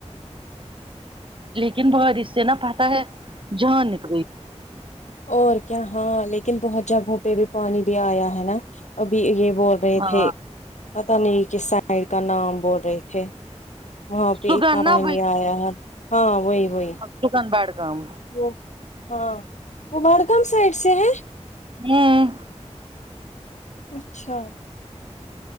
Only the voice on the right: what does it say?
لیکن بارش سے نا پتا ہے جہاں نکلئی
ہاں
سگن
نا
دکن بڈگام
ہوں